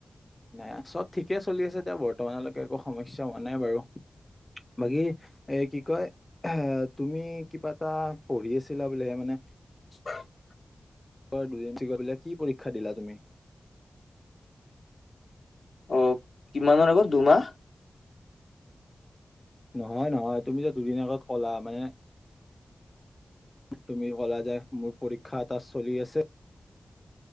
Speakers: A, on the left; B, on the left.
A: না চব ঠিকে চলি আছে এতিয়া বৰ্তমানলৈকে একো সমস্যা হোৱা নাই বাৰু বাকী এ কি কয়? তুমি কিবা এটা পঢ়ি আছিলা বুলিহে মানে
B: <unintelligible>
A: এইবাৰ দুয়েনছি কৰি পেলাই কি পৰীক্ষা দিলা তুমি
B: অ কিমানৰ আগত দুমাহ
A: নহয় নহয় তুমি যে দুদিন আগত ক'লা মানে তুমি কলা যে মোৰ পৰীক্ষা এটা চলি আছে